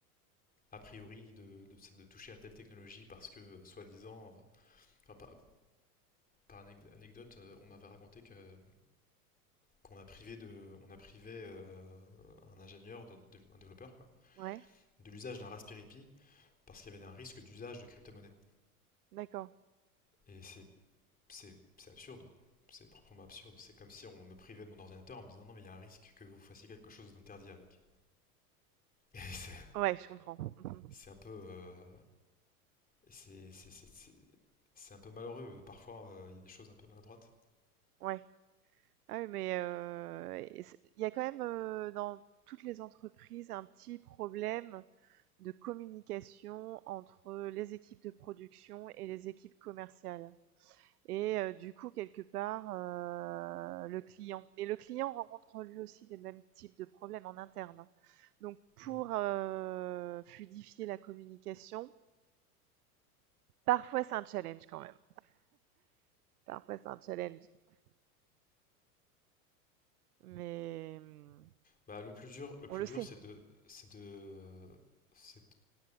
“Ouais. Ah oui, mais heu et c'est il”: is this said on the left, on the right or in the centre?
Right